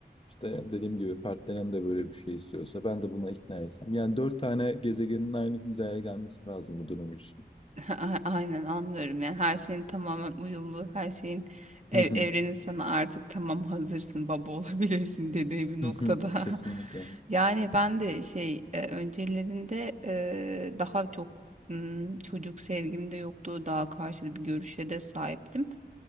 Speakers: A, on the left; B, on the right.
A: işte dediğim gibi partnerim de böyle bir şey istiyorsa ben de buna ikna etsem. Yani dört tane gezegenin aynı hizaya gelmesi lazım bu durum için.
B: A- Aynen anlıyorum yani her şeyin tamamen uyumlu her şeyin ev-
A: Hı hı.
B: evrenin sana artık tamam hazırsın baba <laughs> olabilirsin dediği bir noktada
A: Hı hı. Kesinlikle.
B: <laughs> yani ben de şey e, öncelerinde e, daha çok m, çocuk sevgim de yoktu daha karşıt bir görüşe de sahiptim